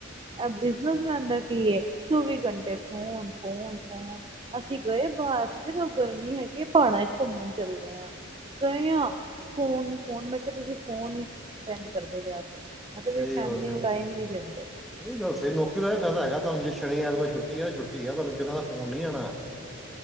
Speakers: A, on the right (about 25°); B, in the centre.
A: ਐ
B: ਇਹ
A: ਬਿਜਨਸ
B: ਤਾਂ ਗੱਲ ਬਿਲਕੁਲ
A: ਮੈਂਨ
B: ਸਹੀ
A: ਦਾ ਕੀ
B: ਹੈ ਬਿਲਕੁਲ
A: ਏ ਚੌਵੀ
B: ਸਹੀ ਗੱਲ ਹੈ
A: ਘੰਟੇ
B: ਤੁਹਾਡੀ
A: ਫੋਨ ਫੋਨ ਫੋਨ- ਅਸੀਂ ਗਏ ਬਾਹਰ ਅਸੀਂ ਕਿਹਾ ਚਲੋ ਗਰਮੀ ਹੈਗੀ ਏ ਪਹਾੜਾਂ ਚ ਘੁੰਮਣ ਚੱਲਦੇ ਹਾਂ- ਗਏ ਆ ਫੋਨ ਫੋਨ ਮੈਂ ਕਿਹਾ ਤੁਸੀਂ ਫੋਨ ਹੀ ਅਟੈਂਡ ਕਰਦੇ ਰਿਹਾ ਕਰੋ ਮੈਂ ਕਿਹਾ
B: ਸਹੀ
A: ਤੁਸੀਂ ਫੈਮਿਲੀ
B: ਗੱਲ ਫਿਰ-
A: ਨੂੰ ਟਾਈਮ ਹੀ ਨਹੀਂ ਦਿੰਦੇ
B: ਇਹ ਗੱਲ ਸਹੀ ਨੌਕਰੀ ਦਾ ਫਾਇਦਾ ਹੈਗਾ ਤੁਹਾਨੂੰ ਜੇ ਸ਼ਨੀ ਐਤਵਾਰ ਛੁੱਟੀ ਆ ਛੁੱਟੀ ਆ ਤੁਹਾਨੂੰ ਕਿਸੇ ਦਾ ਫੋਨ ਨਹੀਂ ਆਉਣਾ-